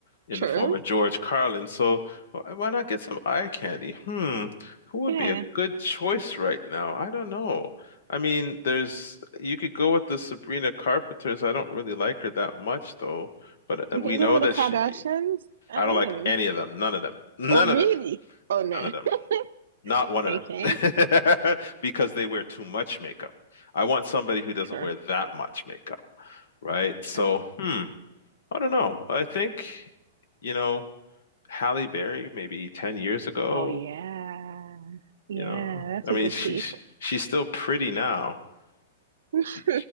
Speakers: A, on the left; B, on the right.
A: in
B: sure.
A: the form of George Carlin. So wh- why not get some eye candy? Hmm, who would
B: Yeah.
A: be a good choice right now? I don't know. I mean, there's you could go with the Sabrina Carpenters. I don't really like her that much though, but uh,
B: You
A: we
B: can
A: know
B: go with
A: that
B: the Kardashians.
A: she be.
B: I'm
A: I don't
B: in.
A: like any of them. None of them. None
B: Oh, really?
A: of them.
B: Oh,
A: None
B: no.
A: of them.
B: <laughs>
A: Not one of
B: Okay.
A: them. <laughs> Because they wear too much makeup. I want somebody who doesn't
B: Sure.
A: wear that much makeup, right?
B: Sure.
A: So, hmm, I don't know. I think, you know, Halle Berry maybe 10 years ago,
B: Oh, yeah. Yeah,
A: you know.
B: that's
A: I
B: a
A: mean,
B: good
A: she's
B: pick.
A: she's still pretty now.
B: <laughs>
A: She